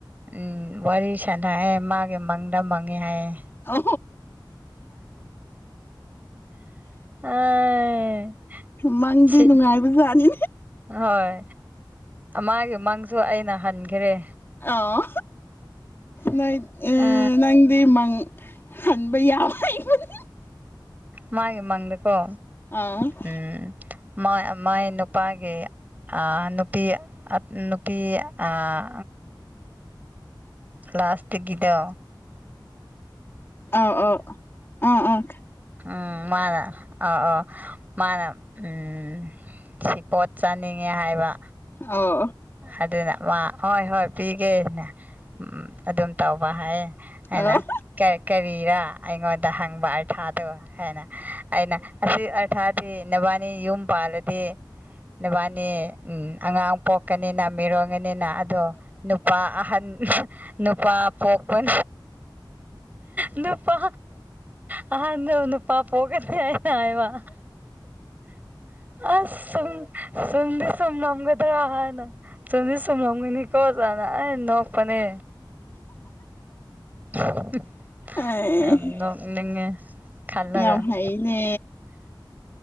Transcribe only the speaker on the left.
ꯑ
ꯃꯪꯗꯤ
ꯅꯨꯡꯉꯥꯏꯕꯖꯥꯠꯅꯤ
ꯑꯥꯎ ꯅꯣꯏ ꯑꯥ
ꯉꯗ ꯗꯤ ꯃꯡ ꯍꯟꯕ ꯌꯥꯝ ꯍꯥꯏꯕꯅꯤ
ꯑꯥ ꯑꯧ
ꯑ ꯑ ꯑ ꯑ
ꯑꯣ
ꯑꯣ
ꯑꯩ
ꯌꯥꯝ
ꯍꯩꯅꯦ